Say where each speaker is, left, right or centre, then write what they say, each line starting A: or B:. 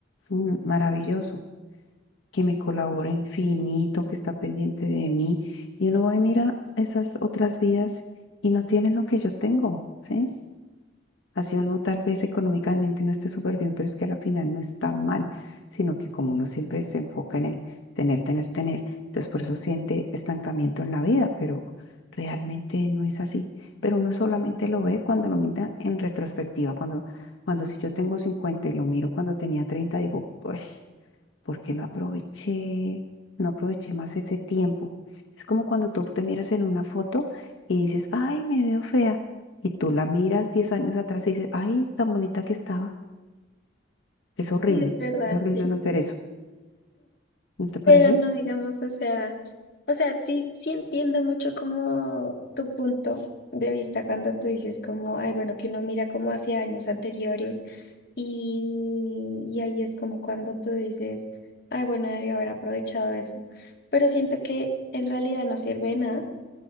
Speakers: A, on the left (about 85°); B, on the left (about 55°).
A: mm, maravilloso. que me colabora infinito, que está pendiente de mí. Y uno va y mira esas otras vidas y no tienen lo que yo tengo, ¿sí? Así uno tal vez económicamente no esté súper bien, pero es que a la final no está mal, sino que como uno siempre se enfoca en el tener, tener, tener, entonces por eso siente estancamiento en la vida, pero realmente no es así. Pero uno solamente lo ve cuando lo mira en retrospectiva, cuando, cuando si yo tengo 50 y lo miro cuando tenía 30, digo, pues porque no aproveché, no aproveché más ese tiempo. Es como cuando tú te miras en una foto y dices, ay, me veo fea. Y tú la miras 10 años atrás y dices, ay, tan bonita que estaba. Es horrible,
B: Sí, es verdad,
A: es horrible
B: sí.
A: no hacer eso. ¿No te parece?
B: Pero no digamos, o sea, o sea, sí, sí entiendo mucho como tu punto de vista cuando tú dices como, ay, bueno, que uno mira como hacia años anteriores y, y ahí es como cuando tú dices, ay, bueno, debí haber aprovechado eso. Pero siento que en realidad no sirve de nada